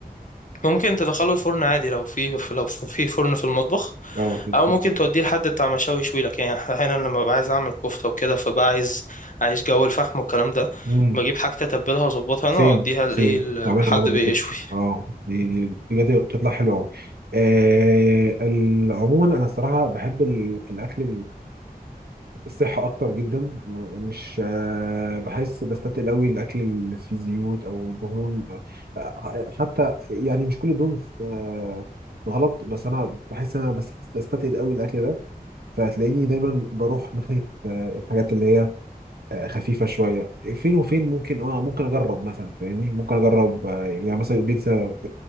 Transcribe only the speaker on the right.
اه في
في
مم.
سيم
سيم
بعملها
انا برضو
كده اه دي دي بجد بتطلع حلوه قوي آه ال- عموما انا الصراحه بحب ال- الاكل الصحة أكتر جدا مش آه، بحس بستتقل أوي الأكل اللي فيه زيوت أو دهون آه، آه، حتى يعني مش كل الدهون آه، غلط بس أنا بحس إن أنا بس- بستتقل أوي الأكل ده فهتلاقيني دايما بروح ناحية آه، الحاجات اللي هي آه، خفيفة شوية فين وفين ممكن اه ممكن أجرب مثلا فاهمني ممكن أجرب آه، يعني مثلا بيتزا